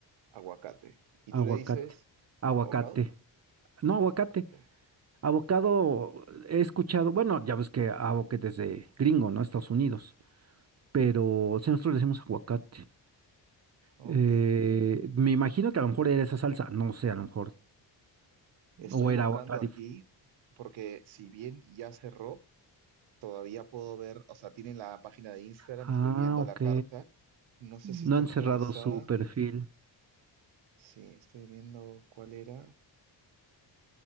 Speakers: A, on the right; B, on the right.
A: aguacate. ¿Y
B: aguacate,
A: tú le dices
B: aguacate.
A: abocado?
B: No,
A: Aguacate.
B: aguacate. Avocado, he escuchado, bueno, ya ves que avocado es de gringo, ¿no? Estados Unidos, pero si nosotros le decimos aguacate,
A: Ok.
B: Eh, me imagino que a lo mejor era esa salsa, no sé, a lo mejor,
A: Estoy
B: o
A: buscando
B: era otra. dif-
A: aquí porque si bien ya cerró, todavía puedo ver, o sea, tienen la página de Instagram,
B: Ah,
A: estoy viendo
B: ok.
A: la carta. No sé
B: No
A: si está
B: han
A: actualizada.
B: cerrado su perfil.
A: Sí, estoy viendo cuál era.